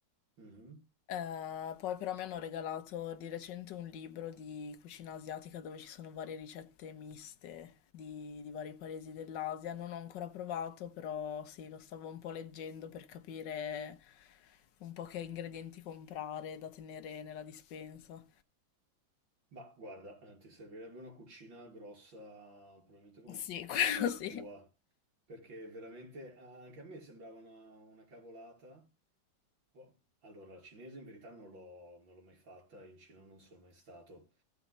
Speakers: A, on the right; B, on the left.
A: Mhm.
B: Eh, poi però mi hanno regalato di recente un libro di cucina asiatica dove ci sono varie ricette miste di, di vari paesi dell'Asia. Non ho ancora provato, però sì, lo stavo un po' leggendo per capire un po' che ingredienti comprare da tenere nella dispensa.
A: Ma guarda, eh, ti servirebbe una cucina grossa, probabilmente come
B: Sì,
A: tutta
B: <laughs> quello
A: casa
B: sì.
A: tua, perché veramente ah, anche a me sembrava una, una cavolata. Boh, Allora, la cinese in verità non l'ho non l'ho mai fatta, in Cina non sono mai stato,